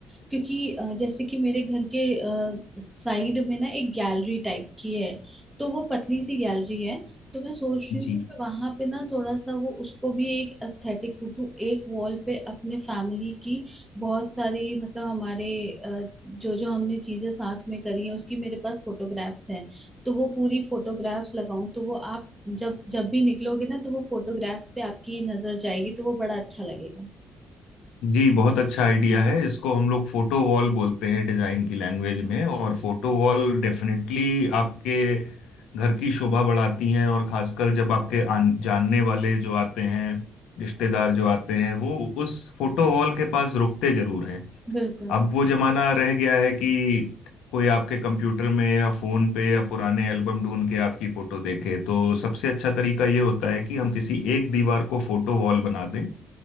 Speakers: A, in the centre; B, on the left.
A: क्योंकि अ, जैसे कि मेरे घर के साइड में ना एक गैलरी टाइप की है तो वो पतली सी गैलरी है तो मैं सोच रही
B: जी
A: हूँ कि वहां पे ना थोड़ा सा वो उसको भी एक एस्थेटिक रूप दूं एक वॉल पे अपने फैमिली की बहुत सारी मतलब हमारे अ, जो जो हमने चीजें साथ में करी है उसकी मेरे पास फोटोग्राफ्स हैं तो वो पूरी फोटोग्राफ्स लगाऊं तो वो आप जब जब भी निकलोगे ना तो वो फोटोग्राफ्स पे आपकी नजर जाएगी तो वो बड़ा अच्छा लगेगा
B: जी बहुत अच्छा आइडिया है इसको हम लोग फोटो वॉल बोलते हैं डिजाइन की लैंग्वेज में और फोटो वॉल डेफिनेटली आपके घर की शोभा बढ़ाती हैं और खासकर जब आपके आन, जानने वाले जो आते हैं रिश्तेदार जो आते हैं वो उस फोटो वॉल के पास रुकते जरूर
A: बिल्कुल
B: अब वो जमाना रह गया है कि कोई आपके कंप्यूटर में या फोन पे या पुराने एल्बम ढूंढ के आपकी फोटो देखे तो सबसे अच्छा तरीका ये होता है कि हम किसी एक दीवार को फोटो वॉल बना दें